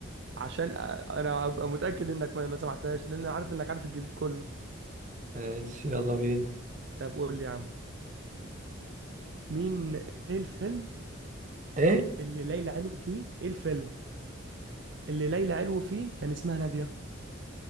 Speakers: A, on the right; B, on the right.
A: عشان أ- انا ابقى متاكد انك ما ما سمعتهاش لان انا عارف انك عارف الجديد كله
B: ماشي يلا بينا
A: طب قول لي يا عم مين ايه الفيلم
B: ايه
A: اللي ليلى علو فيه ايه الفيلم اللي ليلى علو فيه كان اسمها ناديه